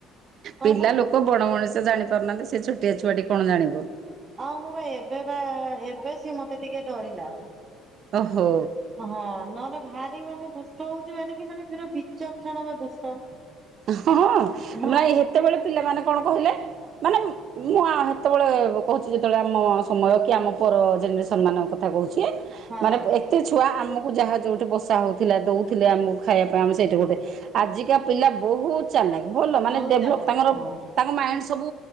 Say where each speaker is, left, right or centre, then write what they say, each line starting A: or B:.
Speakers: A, on the right (about 35°); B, on the right (about 60°).
A: ହଁ
B: ପିଲା
A: ବା
B: ଲୋକ ବଣ ମଣିଷ ଜାଣି ପାରୁନାହାନ୍ତି। ସେ ଛୋଟିଆ ଛୁଆଟି କଣ ଜାଣିବ?
A: ଆଉ ମୁଁ ବା ଏବେ ବା ଏବେ ସିଏ ମତେ ଟିକେ ଡରିଲା।
B: ଓ ହୋ।
A: ହଁ ନହେଲେ ଭାରି ମାନେ ଦୁଷ୍ଟ ହଉଛି କି ମାନେ ବିଚକ୍ଷଣ ବା ଦୁଷ୍ଟ
B: ହଁ
A: ହଁ
B: ନାଇ ହେତେବେଳେ ପିଲାମାନେ କଣ କହିଲେ ମାନେ ନା ହେତେବେଳେ କହୁଛି ଯେତେବେଳେ ଆମ ସମୟ କି ଆମ ପର ଜେନେରେସନ୍ ମାନଙ୍କ କଥା କହୁଛି।
A: ହଁ।
B: ମାନେ ଏତେ ଛୁଆ ଆମକୁ ଯାହା ଯୋଉଠି ବସା ହଉଥିଲା ଦଉଥିଲେ ଆମକୁ ଖାଇବା ପାଇଁ ଆମେ ସେଇଠି ଗୋଟେ। ଆଜିକା ପିଲା ବହୁତ୍ ଚଲାଖ୍ ଭଲ ମାନେ
A: ବହୁତ
B: ଡେଭଲପ୍
A: ଚାଲାକ
B: ତାଙ୍କର।
A: ହଁ
B: ତାଙ୍କ ମାଇଣ୍ଡ ସବୁ